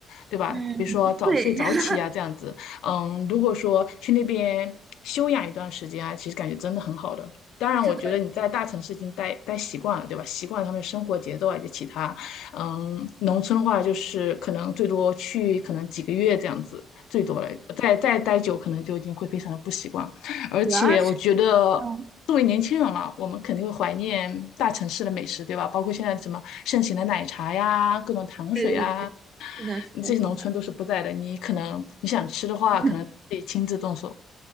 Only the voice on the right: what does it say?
嗯，
对，<laughs>
是的，
主要是，嗯，
对对对，是的，是的，
是的。
<laughs>